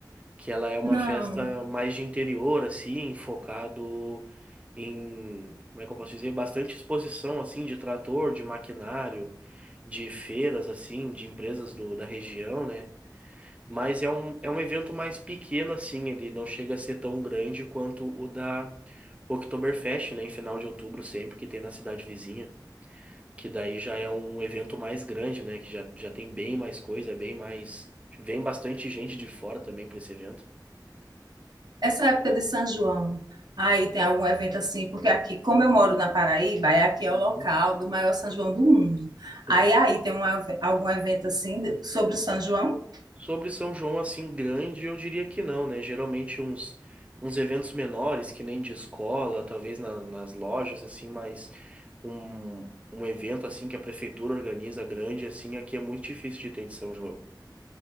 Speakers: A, on the right; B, on the right.
A: que ela é uma
B: Não,
A: festa mais de interior, assim, focado em, como é que eu posso dizer, bastante exposição, assim, de trator, de maquinário, de feiras, assim, de empresas do, da região, né? mas é um, é um evento mais pequeno, assim, ele não chega a ser tão grande quanto o da Oktoberfest, né, em final de outubro sempre, que tem na cidade vizinha, que daí já é um evento mais grande, né, que já, já tem bem mais coisa, bem mais... Vem bastante gente de fora também para esse evento.
B: essa época de São João, aí tem algum evento assim, porque aqui, como eu moro na Paraíba, é aqui é
A: Uhum.
B: o local do maior São João do mundo.
A: Sim.
B: Aí aí tem um, eve- algum evento assim de- sobre o São João?
A: Sobre São João assim grande, eu diria que não, né? Geralmente uns, uns eventos menores, que nem de escola, talvez na- nas lojas, assim, mas um, um evento assim que a prefeitura organiza grande, assim, aqui é muito difícil de ter de São João.